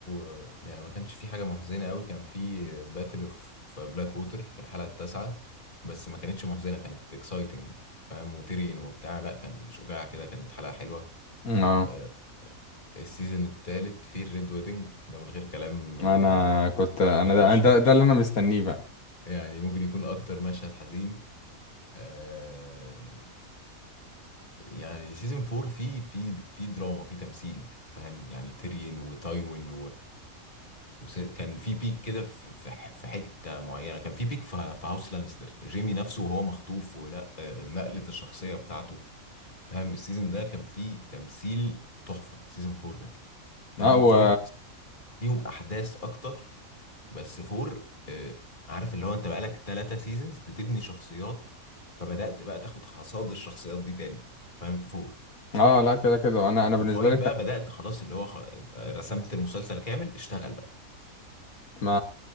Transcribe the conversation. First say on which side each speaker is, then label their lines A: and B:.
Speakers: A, on the left; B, on the left.
A: آه، يعني ما كانش في حاجة محزنة قوي كان في باتل اوف بلاك ووتر في الحلقة التاسعة بس ما كانتش محزنة كانت اكسايتنج فاهم وتيرين وبتاع لا كان شجاع كده كانت حلقة حلوة
B: اه
A: آه السيزون التالت في الريد ويدنج ده من غير كلام يعني
B: انا
A: ممكن
B: كنت
A: يكون
B: انا
A: اكتر
B: ده
A: مشهد
B: ده, ده اللي انا مستنيه بقى
A: يعني ممكن يكون اكتر مشهد حزين آه يعني سيزون 4 فيه في في دراما في تمثيل فاهم يعني تيرين وتايوين وكان في بيك كده في في ح- في حته معينه كان في بيك في في هاوس لانستر جيمي نفسه وهو مخطوف ولا آه، نقله الشخصيه بتاعته فاهم السيزون ده كان فيه تمثيل تحفه سيزون فور ده فاهم
B: اه
A: فايف
B: و...
A: فيهم احداث اكتر بس فور عارف اللي هو انت بقالك ثلاثة سيزونز بتبني شخصيات فبدات بقى تاخد حصاد الشخصيات دي تاني فاهم في فور
B: اه لا كده كده انا انا بالنسبة
A: وفايف
B: لي
A: بقى بدات خلاص اللي هو خ... انت رسمت المسلسل كامل اشتغل بقى
B: ما